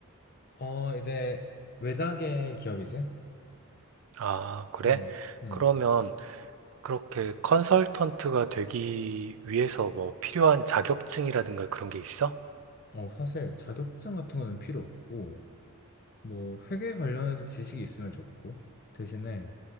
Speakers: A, on the left; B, on the right.
A: 어, 이제 외자계 기업이지?
B: 아, 그래?
A: 음, 음.
B: 그러면 그렇게 컨설턴트가 되기 위해서 뭐 필요한 자격증이라든가 그런 게 있어?
A: 어, 사실 자격증 같은 거는 필요 없고, 뭐 회계 관련해서 지식이 있으면 좋고, 대신에